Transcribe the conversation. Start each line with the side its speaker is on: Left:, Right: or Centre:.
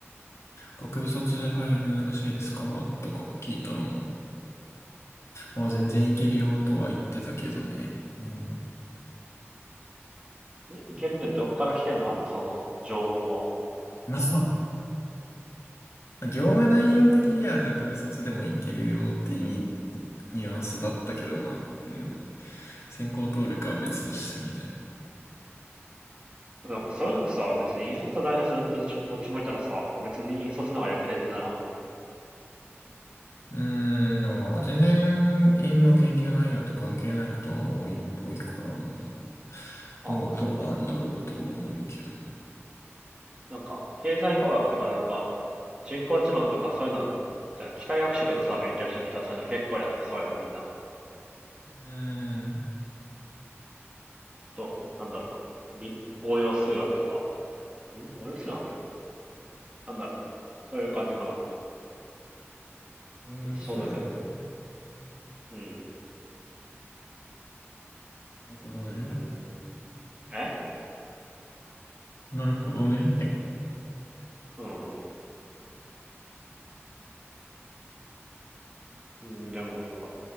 Left: 学部卒で入り難しいですかとか聞いたらもう、まあ全然いけるよとは言ってたけどね。うん
Right: いけるってどっから来てんのかな、その情報は。
Left: <laughs> まあ、業務内容的には学部卒でもいけるよって意味、
Right: ん
Left: ニュアンスだったけど、まあ、うん。専攻通るかは別としてみたいな。
Right: でもなんかそういうのってさ、別に引率と大卒どどっち、どっちもいたらさ、別に引率の方が良くねってならん
Left: うーん、でも、全然、院の研究内容と関係ないことが多いっぽいからな。
Right: ああ、
Left: どう、どうなんだろうとは思うけど。
Right: そうか。なんか、経済工学とかなんか、人工知能とかそういうの、じゃあ機械学習とかさ、勉強してる人はそういうの結構やってそうやん、みんな。
Left: うーん、
Right: あと、なんだろうな。理、応用数学とか。ん応用数学なんだろう。そういう感じかな。
Left: 応用数学ね。
Right: えっと、そうだけど。うん。
Left: なるほどね。
Right: うーん。え
Left: なるほどね。
Right: うん。うん、でもなんか、